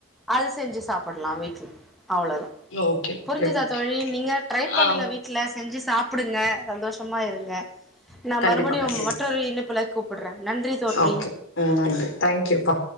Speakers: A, in the centre; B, on the left (about 75°).
A: அது செஞ்சு சாப்புட்லா வீட்ல அவ்ளோதா
B: ஓகே ஓகே
A: புரிஞ்சுதா
B: ஓகே
A: தோழி நீங்க ட்ரை பண்ணுங்க
B: ஆ
A: வீட்ல செஞ்சு சாப்புடுங்க சந்தோஷ் மா இருங்க நான்
B: கண்டிப்பா
A: மறுபடியும்
B: கண்டிப்பா
A: மற்றொரு இண்ணைப்புல கூப்பிடுறேன் நன்றி தோழி
B: ஓகே ம் நன்றி தேங்க்யூப்பா